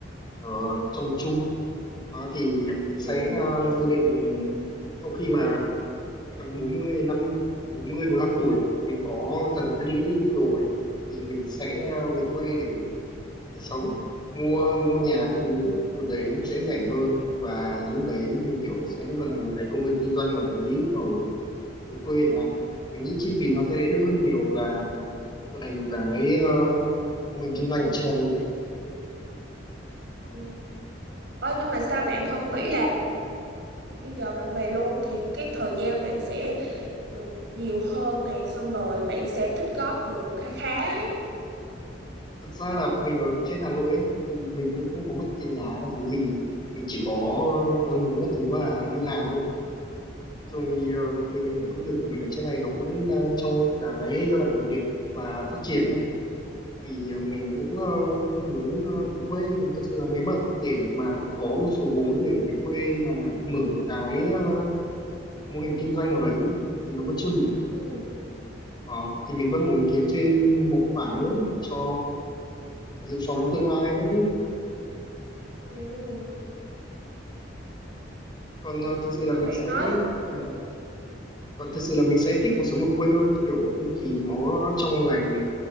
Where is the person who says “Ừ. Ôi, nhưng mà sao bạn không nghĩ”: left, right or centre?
Right